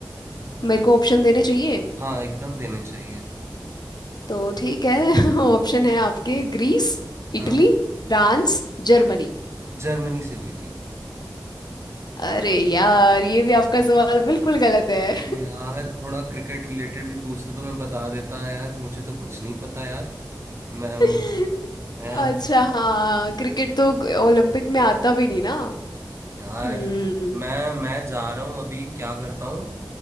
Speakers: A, on the left; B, on the right.
A: मेरे को ऑप्शन देने चाहिए
B: हाँ एकदम देने चाहिए
A: तो ठीक है <laughs> ऑप्शन है आपके ग्रीस इटली
B: हाँ
A: फ्रांस जर्मनी
B: जर्मनी से हुई थी
A: अरे यार ये भी आपका सवाल बिल्कुल गलत है
B: अरे यार थोड़ा क्रिकेट रिलेटेड भी पूछते तो मैं बता देता यार मुझे तो कुछ नहीं पता यार मैं
A: <laughs>
B: मैं
A: अच्छा
B: अब
A: हाँ क्रिकेट तो ओलंपिक में आता भी नहीं ना
B: यार
A: हम्म
B: मैं मैं जा रहा हूँ अभी क्या करता हूँ